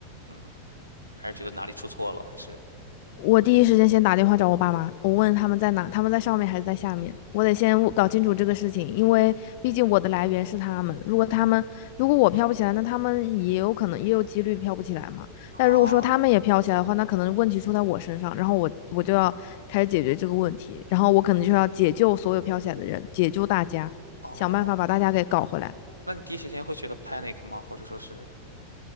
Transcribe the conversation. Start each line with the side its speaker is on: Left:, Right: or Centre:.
Right: 嗯，还是觉得哪里出错了？还是
Left: 我第一时间先打电话找我爸妈，我问他们在哪，他们在上面还是在下面，我得先搞清楚这个事情，因为毕竟我的来源是他们。如果他们如果我飘不起来，那他们也有可能也有几率飘不起来嘛。
Right: 啊，
Left: 但如果说他们也飘起来的话，那可能问题出在我身上，然后我我就要开始解决这个问题，然后我可能就要解救所有飘起来的人，解救大家，
Right: 哦，
Left: 想办法把大家给搞回来。
Right: 那你第一时间会觉得 panic 吗？或者说是，